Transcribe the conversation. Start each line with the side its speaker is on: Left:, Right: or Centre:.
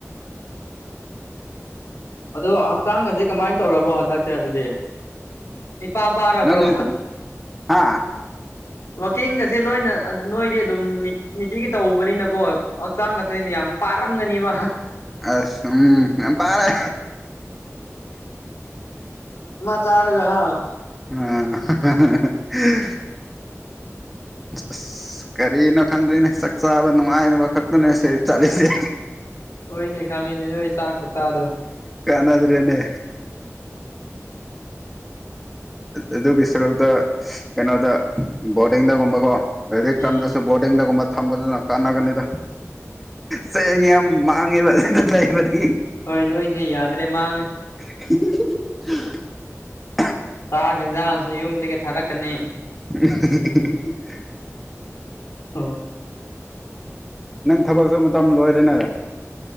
Left: ꯑꯗꯣ ꯍꯛꯆꯥꯡꯁꯦ ꯀꯃꯥꯏꯅ ꯇꯧꯔꯕꯣ ꯍꯟꯗꯛꯁꯦ ꯑꯗꯨꯗꯤ ꯏꯄꯥ ꯄꯥꯕ꯭ꯔꯣ
Centre: ꯅꯪꯒꯤ ꯍꯥ
Left: ꯋꯥꯛꯀꯤꯡꯒꯁꯦ ꯂꯣꯏꯅ ꯅꯣꯏꯗꯤ ꯑꯗꯨꯝ ꯅꯤꯇꯤꯒꯤ ꯇꯧꯕꯅꯤꯅꯀꯣ ꯍꯛꯆꯥꯡ ꯑꯁ ꯌꯥꯝ ꯄꯥꯔꯝꯒꯅꯤꯕ
Centre: ꯑꯁꯨꯝꯝ ꯄꯥꯔꯦ
Left: ꯇꯔꯒ ꯍꯥ
Centre: ꯑ ꯑꯁ ꯀꯔꯤꯅꯣ ꯈꯪꯗꯦꯅꯦ ꯆꯥꯛ ꯆꯥꯕ ꯅꯨꯡꯉꯥꯏꯅꯕ ꯈꯛꯇꯅꯦ ꯁꯤ ꯆꯠꯂꯤꯁꯦ
Left: ꯍꯣꯏꯅꯦ ꯈꯪꯉꯤꯅꯦ ꯅꯣꯏ ꯆꯥꯛꯀ ꯆꯥꯗꯣ
Centre: ꯀꯥꯟꯗ꯭ꯔꯦꯅꯦ ꯑꯗꯨꯒꯤ ꯁꯔꯨꯛꯇ ꯀꯩꯅꯣꯗ ꯕꯣꯔꯗꯤꯡꯗꯒꯨꯝꯕꯀꯣ ꯑꯦꯗꯤꯛꯇꯝꯁꯦ
Left: ꯎꯝ
Centre: ꯣꯡꯗꯨꯝ ꯊꯝꯕꯗꯨꯅ ꯀꯥꯟꯅꯒꯅꯤꯗ ꯆꯦꯡ ꯌꯥꯝ ꯃꯥꯡꯉꯦꯕ ꯑꯗꯨꯗ ꯂꯩꯕꯗꯤ
Left: ꯍꯣꯏ ꯅꯣꯏꯁꯦ ꯌꯥꯗ꯭ꯔꯦ ꯃꯥꯡꯉꯦ
Centre: <inaudible>
Left: ꯆꯥꯛ ꯌꯦꯦꯟꯖꯥꯡꯁꯨ ꯌꯨꯝꯗꯒꯤ ꯊꯥꯔꯛꯀꯅꯤ
Centre: <inaudible>
Left: ꯍ
Centre: ꯅꯪ ꯊꯕꯛꯁꯨ ꯃꯇꯝ ꯂꯣꯏꯔꯦꯅꯦ